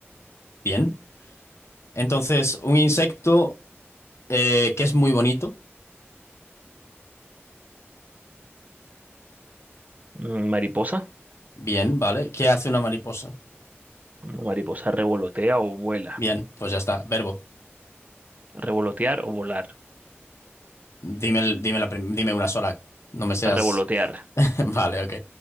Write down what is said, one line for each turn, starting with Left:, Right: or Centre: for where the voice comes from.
Left: Bien. Entonces, un insecto eh, que es muy bonito.
Right: Mm, mariposa.
Left: Bien, ¿vale? ¿Qué hace una mariposa?
Right: Una mariposa revolotea o vuela.
Left: Bien, pues ya está. Verbo.
Right: Revolotear o volar.
Left: Dime, el- dime, la prim- dime una sola. No me seas.
Right: Revolotear.
Left: <laughs> Vale, ok.